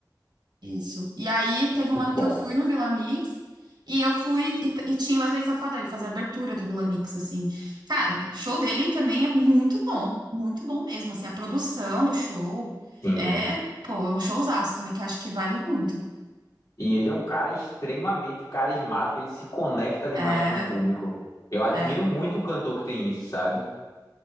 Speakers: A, on the right (about 75°); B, on the left (about 50°).
A: Isso. E aí teve um
B: muito
A: ano
B: bom.
A: que eu fui no Vila Mix e eu fui e, t- e tinha o Wesley Safadão, ele fazia a abertura do Vila Mix, assim. Cara, o show dele também é muito bom, muito bom mesmo, assim, a produção do show
B: Sim.
A: é, pô, é um showzaço também que eu acho que vale muito.
B: E ele é um cara extremamente carismático, ele se conecta demais
A: É,
B: com o público. Eu admiro
A: é.
B: muito o cantor que tem isso, sabe?